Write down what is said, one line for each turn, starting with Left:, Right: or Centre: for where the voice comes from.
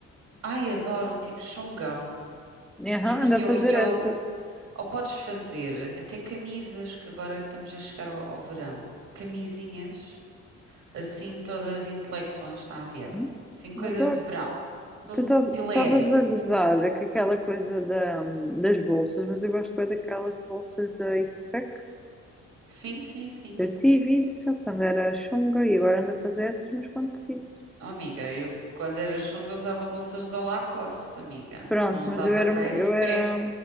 Right: Ai, adoro, tipo Xungão,
Centre: Aham,
Right: tipo
Centre: anda
Right: yo-yo.
Centre: a fazer essas.
Right: Ou podes fazer até camisas, que agora estamos a chegar ao, ao verão. Camisinhas, assim todas intelectuais, está a ver?
Centre: Hum,
Right: Assim, coisas
Centre: Adoro.
Right: de verão. Todo
Centre: Tu estavas
Right: muito pilério.
Centre: a gozar com aquela coisa da, hum, das bolsas, mas eu gosto bem daquelas bolsas da Eastpak.
Right: Sim, sim, sim.
Centre: Eu tive isso quando era chunga e agora ando a fazer essas, mas quando consigo.
Right: Oh, amiga, eu quando era Xunga usava bolsas da Lacoste, amiga.
Centre: Pronto,
Right: Não usava
Centre: mas eu era,
Right: K-Spec.
Centre: uma- eu era,